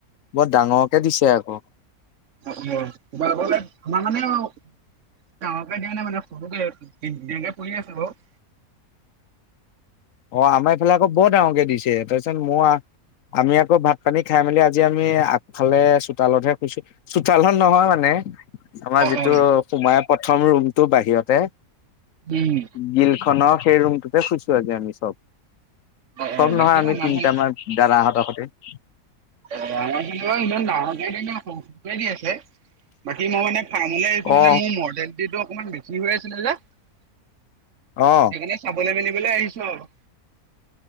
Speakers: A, on the left; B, on the right.
A: বৰ ডাঙৰকে দিছে আকৌ
B: তুমাৰ ফালে আমাৰ ফালেও ডাঙৰকে দিয়া নাই মানে সৰুকে দি দিউকে পৰি আছে বাৰু
A: অ আমাৰ এইফালে আকৌ বৰ ডাঙৰকে দিছে তাৰপিছত মোৰ আও আমি আকৌ ভাত পানী খাই মেলি, আজি আমি আগফালে চোতালতহে শুইছোহি। চোতালত নহয় মানে। আমাৰ
B: অ
A: যিটো
B: অ
A: সোমাইয়ে প্ৰথম ৰুমটোৰ বাহিৰতে
B: উম',
A: গ্ৰীল খনৰ সেই ৰুমটোতে শুইছো আজি আমি চব।
B: অ অ
A: চব নহয়
B: বাকী
A: আমি
B: আমাৰ
A: তিনিটা
B: ফালে
A: মান দাদাহঁতৰ হৈতে।
B: অ', আমাৰ কিন্তু এ' ইমান ডাঙৰকে দিয়া নাই সৰু সৰুকে দি আছে। বাকী মই মানে ফাৰ্মলে আহিছো মানে
A: অ
B: মোৰ মৰ্ডেলটিটো অকণমান বেছি হৈ আছিলে যে। সেইকাৰণে
A: অ
B: চাবলে মেলিবলে আহিছো আৰু।